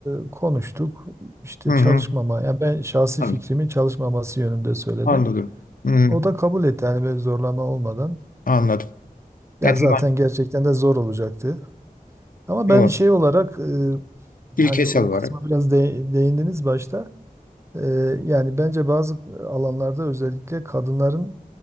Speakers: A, on the right; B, on the left.
A: e, konuştuk. İşte
B: hı. hı.
A: çalışmama, yani ben şahsi
B: Anladım.
A: fikrimi çalışmaması yönünde söyledim.
B: Anladım. Hı hı,
A: O da kabul etti yani böyle zorlama olmadan.
B: anladım.
A: Ya
B: Yani
A: zaten
B: tamam.
A: gerçekten de zor olacaktı. Ama
B: Doğru.
A: ben şey olarak e,
B: İlkesel
A: hani o
B: olarak.
A: kısma biraz de- değindiniz başta. E, yani bence bazı alanlarda özellikle kadınların